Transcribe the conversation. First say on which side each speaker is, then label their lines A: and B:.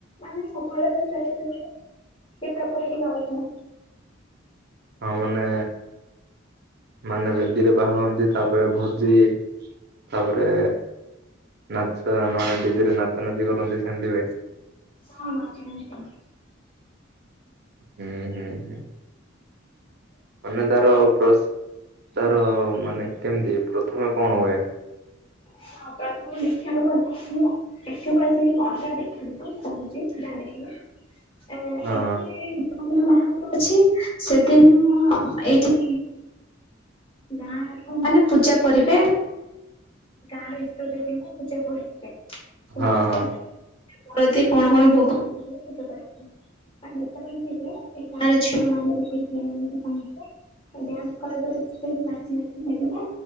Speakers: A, on the left; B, on the right.
A: ମାନେ ସବୁଆଡେ ହୁଏ ସେମିତି ହୁଏ। କେତେ ଉପରିକ ଯାଉଛୁ?
B: ହଁ ମାନେ ମାନେ ବେଦୀରେ ବାହା ହଅନ୍ତି ତାପରେ ଭୋଜି। ତାପରେ ନାଚ ମାନେ ଡିଜେ ରେ ନାଚ ନାଚି କରନ୍ତି ସେମିତି ହୁଏ।
A: ଆମର ସେମିତି ହୁଏ।
B: ହୁଁ, ହୁଁ, ହୁଁ। ମାନେ ତାର ପ୍ରସ୍ ତାର ମାନେ କେମିତି ପ୍ରଥମେ କଣ ହୁଏ?
A: ହଁ ପ୍ରଥମେ ଦେଖିବାକୁ ଗଲେ ଆମ ଏଠୁକୁ ଆସିକି ଅଲଗା ଦେଖିଲି ତ ମୁଁ କହୁଛି ଯାହା ଦେଖିଲି। ଅ,
B: ହଁ
A: ଏଠି <inaudible> ମାନେ ବାହାଘର ଅଛି ସେଦିନ ଅଁ, ଏଇଠି ଗାଁ ଅ, ମାନେ ପୂଜା କରିବେ ଗାଁ ର ଇଷ୍ଟ ଦେବୀଙ୍କୁ ପୂଜା କରିିବେ। ସେଉଠୁ
B: ହଁ
A: <inaudible>
B: ହଁ
A: ପ୍ରତି କଣ କଣ ଭୋଗ <inaudible> ପୂଜା କରିବା ପାଇଁ। <inaudible> ଯେତେବେଳେ ଯିବେ ଏଇ ଗାଁର ଝିଅ ମାନେ <inaudible> ସମସ୍ତେ ଓ ଡ୍ୟାନ୍ସ କରି କରି ସେଇଠି ନାଚି ନାଚି ସିଏ ଯିବେ